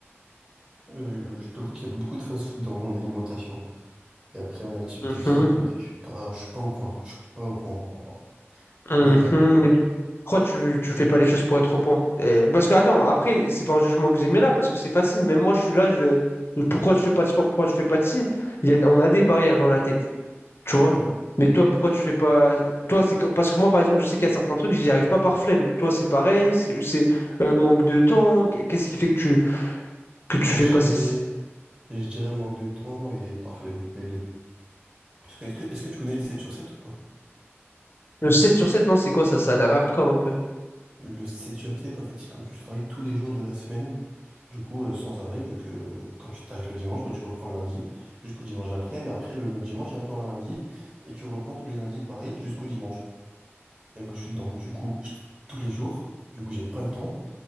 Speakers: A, on the right; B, on the left.
A: Euh, je t'avoue qu'il y a beaucoup de fast-food dans mon alimentation. Et après, en activité
B: Mhm,
A: physique aussi, je suis pas, je suis pas au point. Je suis pas au point, au point, au point.
B: mhm,
A: Mais euh,
B: mais pourquoi tu, tu fais pas les choses pour être au point? Euh, parce que attends, après, c'est pas un jugement que j'aimais là, parce que c'est facile, même moi je suis là, je, pourquoi je fais pas de sport, pourquoi je fais pas de ci? Il y a- on a des barrières dans la tête. Tu vois?
A: ouais.
B: Mais toi, pourquoi tu fais pas. Toi, c'est comme- parce que moi, par exemple, je sais qu'il y a certains trucs, j'y arrive pas par flemme. Toi, c'est pareil, c'est c'est, euh, manque de temps. Qu- Qu'est-ce qui fait que tu, que tu
A: moi,
B: fais
A: je
B: passer
A: dirais,
B: s-
A: je dirais manque de temps et par flemme, les deux. Parce que, est-ce que, est-ce que tu connais le 7 sur 7 ou pas?
B: le sept sur sept Non, c'est quoi ça? Ça a l'air hardcore un peu.
A: Le 7 sur 7, en fait, c'est quand tu travailles tous les jours de la semaine, du coup, euh, sans arrêt, vu que euh, quand tu t'arrêtes le dimanche, bah, tu reprends le lundi jusqu'au dimanche d'après. Mais après, le, le dimanche, il y a encore un lundi et tu reprends tous les lundis pareil jusqu'au dimanche. Et ben, je suis dedans. Du coup, je- tous les jours, du coup, j'ai pas le temps.